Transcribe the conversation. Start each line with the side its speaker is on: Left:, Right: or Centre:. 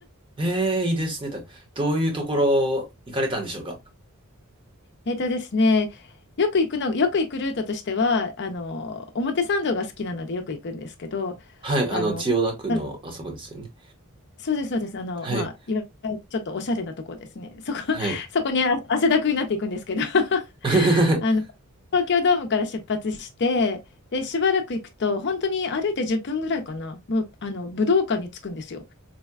Right: ええ、いいですね。たどういうところ行かれたんでしょうか。
Left: えっとですね、よく行くの、よく行くルートとしては、あの、表参道が好きなのでよく行くんですけど、
Right: はい、あの、
Left: あの、
Right: 千代田区のあそこですよね。
Left: あそうです、そうです。あの、
Right: はい、
Left: まあ、いわゆるちょっとおしゃれなとこですね。そこ、<laughs>
Right: はい。
Left: そこにあ汗だくになっていくんですけど、<laughs>
Right: <laughs>
Left: あの、東京ドームから出発して、で、しばらく行くと、本当に歩いて10分ぐらいかな、もう、あの、武道館に着くんですよ。